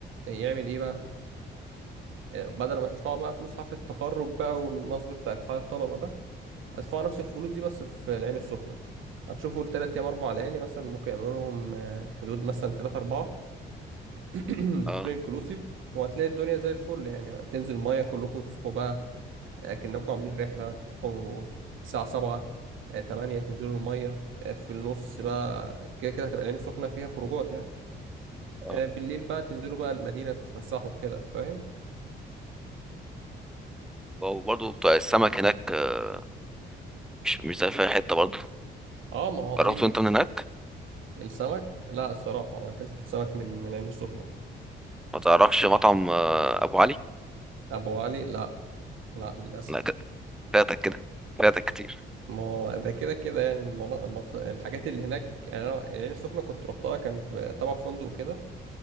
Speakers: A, on the right (about 80°); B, in the centre.
A: آه، يعمل ايه بقى آه، بدل ما تدفعوا بقى فلوس حفله التخرج بقى والنصب بتاع اتحاد الطلبه ده هتدفعوا نفس الفلوس دي بس في العين السخنة هتشوفوا التلات أيام أربع ليالي مثلا ممكن يعملوا لهم آه، حدود مثلا تلاتة أربعة <clears throat>
B: اه
A: فول انكلوسيف وهتلاقي الدنيا زي الفل يعني تنزل مية كلكم تصحوا بقى أكنكم عاملين رحلة تصحوا الساعة سبعة آه، تمانية تنزلوا المية آه، في النص بقى كده كده هتبقى العين السخنة فيها خروجات يعني
B: اه
A: آه، بالليل بقى تنزلوا بقى المدينة تتفسحوا كده فاهم
B: وبرضه بتاع السمك هناك آه، مش مش زي في أي حتة برضه
A: اه ما هو أي
B: جربته انت من هناك
A: السمك لا الصراحة ما أكلتش سمك من العين السخنة
B: ما تعرفش مطعم آه، ابو علي
A: أبو علي لا لا للأسف
B: لا ك- فاتك كده فاتك كتير
A: ما هو ده كده كده يعني المنا... المف... الحاجات اللي هناك يعني انا العين السخنه كنت رحتها كان في طبعا في فندق كده